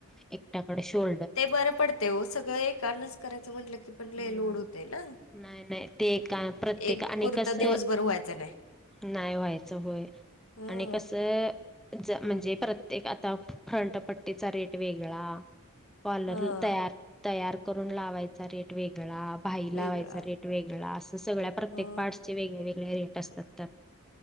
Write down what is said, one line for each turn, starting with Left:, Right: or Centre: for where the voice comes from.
Centre: एकट्याकडे शो
Left: ते बरं पडतय हो सगळं एकानच करायचं म्हटलं की पण लई
Centre: हम्म
Left: लोड होतय ना
Centre: नाही नाही ते काय प्रत्येक
Left: एक
Centre: आणि
Left: कुर्ता
Centre: कसं
Left: दिवसभर व्हायचा नाही.
Centre: नाही व्हायचं होय
Left: हं
Centre: आणि कसं ज म्हणजे प्रत्येक आता फ्रंटपट्टीचा रेट वेगळा कॉलर
Left: हा
Centre: तयार तयार करून लावायचा रेट वेगळा भाई
Left: वेगळा
Centre: लावायचा रेट वेगळा असं सगळ्या प्रत्येक
Left: हा
Centre: पार्टचे वेगळे वेगळे रेट असतात त्या